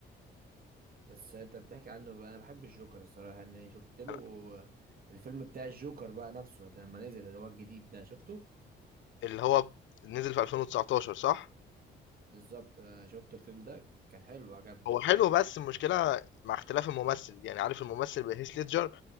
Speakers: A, on the right; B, on the left.
A: بس انت بتحكي عنه بقى انا بحب الجوكر الصراحه انا شفت له
B: أنا
A: الفيلم بتاع الجوكر بقى نفسه لما نزل اللي هو الجديد ده شفته
B: اللي هو نزل في 2019 صح؟
A: بالظبط أنا شفت الفيلم ده ك- كان حلو عجبني
B: هو حلو بس المشكلة مع اختلاف الممثل، يعني عارف الممثل بهيث ليدجر